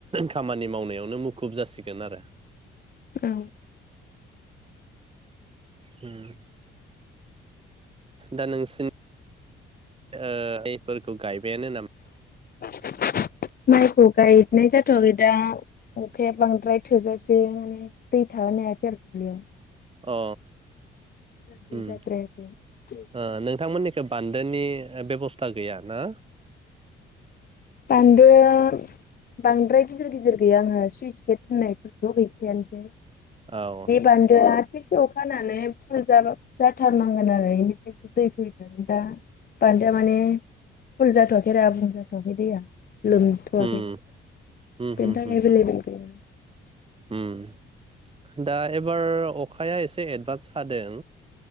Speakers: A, on the right (about 30°); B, on the left (about 50°).
A: खामानि मावनायावनो मुख खुब जासिगोन आरो
B: औ।
A: उम। दा नोंसिनि ओ <unintelligible> फोरखौ गायबायानो नाम
B: <inaudible> माइखौ गायनाय जाथ'वाखै दा अखाया बांद्राय थोजासे माने दै थाहोनो हायाखै आरो दुब्लियाव।
A: अ।
B: दै
A: उम
B: जाद्रायाखै <unintelligible>
A: ओ नोंथांमोननि बान्दोनि बेब'स्था गैया ना
B: बान्दोआ बांद्राय गिदिर गिदिर गैयानो सुइस गेट होननायफोरथ' गै एखेयानसै
A: औ
B: बान्दो आ थिकसे अखा हानानै फुल जाबा जाथारनांगोन आरो एनि फ्रायसो दै फैगोन दा बान्दोआ माने फुल जाथ'वाखै आरो आबुं जाथ'वाखै दैया लोम थ'वाखै
A: उम
B: बेनि
A: उम उम
B: थाखाय
A: उम
B: एभेलेबेल गैया
A: उम दा एबार अखाया एसे एदभान्स हादों